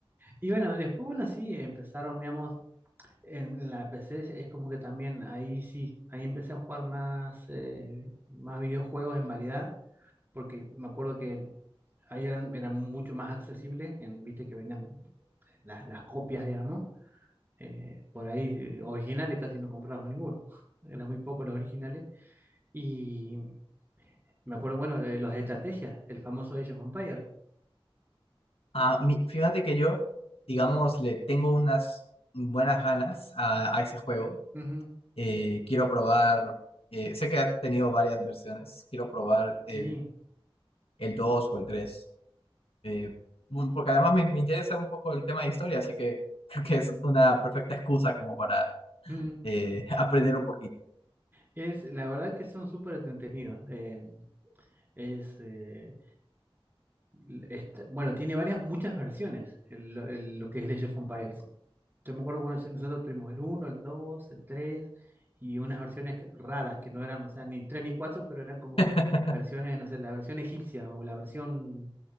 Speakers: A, on the right; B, on the left.
A: Y bueno, después, bueno, sí, empezaron, digamos, en la PC es como que también ahí sí, ahí empecé a jugar más, eh, más videojuegos en variedad porque me acuerdo que ahí eran, eran mucho más accesibles, en, viste que venían eh, las, las copias, digamos, eh, por ahí eh, originales casi no comprábamos ninguno, <laughs> eran muy pocos los originales, y me acuerdo, bueno, de los de estrategia, el famoso Age of Empires,
B: Ah, mi- fíjate que yo, digamos, le tengo unas buenas ganas a, a ese juego.
A: Ujú,
B: Eh, quiero probar, eh, sé que ha tenido varias versiones, quiero probar el,
A: sí,
B: el 2 o el tres eh, mm, porque además me, me interesa un poco el tema de historia, así que <laughs> creo que es una perfecta excusa como para
A: ujú.
B: eh, <laughs> aprender un poquito.
A: Es, la verdad que son súper entretenidos, eh, es, eh, l- está- bueno, tiene varias, muchas versiones, el- lo el- lo que es el Age of Empires, Yo me acuerdo cuando ese- nosotros tuvimos el uno el 2 el 3 y unas versiones que- raras que no eran, o sea, ni 3 ni 4 pero eran como
B: <laughs>
A: versiones, no sé, la versión egipcia o la versión...